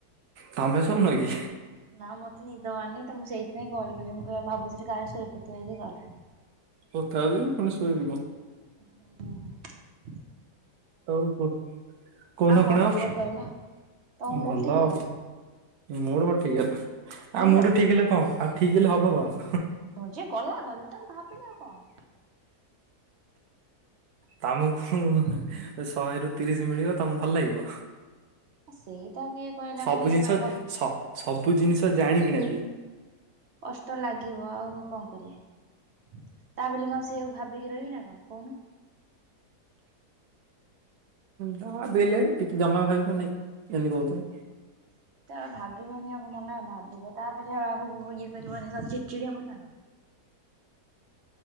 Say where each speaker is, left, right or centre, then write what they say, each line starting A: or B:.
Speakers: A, on the right (about 70°); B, on the right (about 55°).
A: ତମେ ସଉନ କି?
B: ନା ମତେ ନିଦ ମାରନି ତ ମୁଁ ସେଇଥିପାଇଁ କଲ୍ କଲି ମୁଁ ବାବୁରେ କାହାର ଶୋଇପାରୁଥିବଇି ଗଲା।
A: ଓ ତା ବି ପୁଣି ସୋଇବି ମୁଁ
B: ହଁ
A: ହଉ କହୁ କୁହୁନୁ,
B: ଆଉ
A: କଣ
B: ଖବର କହିଲ ତମ ମୁଡ୍
A: ଭଲ
B: ଠିକ୍ ହେଲା
A: ଆଉ। ମୁଡ କଣ ଠିକ ହେଲା
B: ଠିକ୍
A: ଆଉ
B: ହେଇଗଲା।
A: ମୁଠ, ଠିକ ହେଲେ କଣ ଆଉ ଠିକ ହେଲେ ହବ କଣ?
B: ଯିଏ ଗଲା ଗଲା ତାକୁ ଭାବବିନି ଆଉ କଣ
A: ତମକୁ ଶହେ ରୁ ତିରିଶ ମିଳିବ ତମକୁ ଭଲ ଲାଗିବ?
B: ସେଇଟା କିଏ କହିଲା
A: ସବୁ
B: ଭଲ ଲାଗିବ
A: ଜିନିଷ
B: କ
A: ସ ସବୁ ଜିନିଷ ଜାଣିକିନା ବି।
B: କଷ୍ଟ ଲାଗିବ ଆଉ କଣ କରିବା। ତା ବୋଲି କଣ ସେଆକୁ ଭାବିକି ରହିବି ନା କଣ କହୁନ?
A: ଯାବି ହେଲେ ଟିକେ ଜମା ଭାବିବ ନାଇଁ ଏମିତି କହୁଛ!
B: ସେଇଟା ଆଉ ଭାବିବନି ଆଗ ମନ ଭାବିବ ତାପ ଆଉ ଆଗକୁ ଇଏ କରିବନି ସ ଚିଡିଚିଡି ହବ ନା